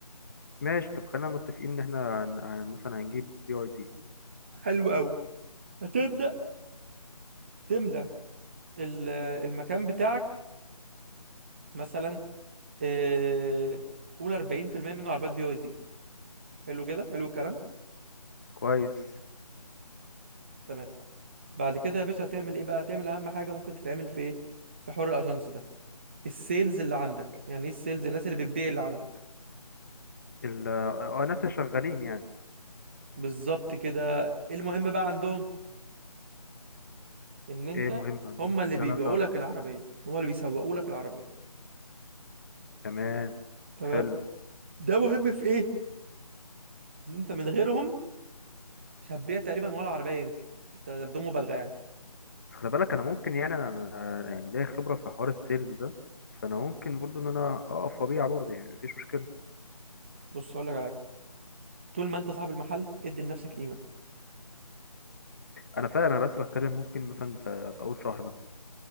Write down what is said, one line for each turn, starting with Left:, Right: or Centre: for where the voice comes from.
Left: ماشي طب خلينا متفقين ان احنا هن... هن- مثلا هنجيب بي اي دي
Right: حلو قوي هتبدأ تملى ال- آه، المكان بتاعك مثلا آه، قول 40% منه عربيات بي واي دي حلو كده حلو الكلام
Left: كويس
Right: تمام بعد كده يا باشا هتعمل ايه بقى هتعمل اهم حاجة ممكن تتعمل في ايه في حوار الاجانس ده السيلز اللي عندك يعني ايه السيلز الناس اللي بتبيع اللي عندك
Left: ال اه ناس اللي شغالين يعني
Right: بالظبط كده المهم بقى عندهم ان انت
Left: ايه مهم عندهم
Right: هم اللي بيبيعوا
Left: ان انا أص-
Right: لك العربيه هم اللي بيسوقوا لك العربيه
Left: تمام
Right: تمام
Left: حلو
Right: ده مهم في ايه ان انت من غيرهم مش هتبيع تقريبا ولا عربيه يمكن ده ده بدون مبالغه يعني
Left: بس خلي بالك انا ممكن يعني انا أنا يعني ليا خبره في حوار السيلز ده فانا ممكن برضو ان انا اقف وابيع برضو يعني مفيش مشكله
Right: بص هقول لك على حاجه طول ما انت صاحب المحل ادي لنفسك قيمه
Left: انا فاهم انا بس بتكلم ممكن مثلا في, في اول شهر مثلا